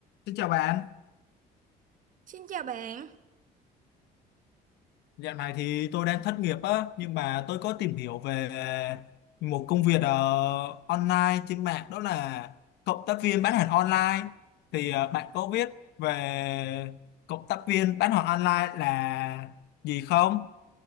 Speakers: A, on the left; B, on the right.
A: Xin chào bạn.
B: Xin chào bạn.
A: Dạo này thì tôi đang thất nghiệp á, nhưng mà tôi có tìm hiểu về một công việc ờ, online trên mạng đó là cộng tác viên bán hàng online. Thì ờ, bạn có biết về cộng tác viên bán hàng online là gì không?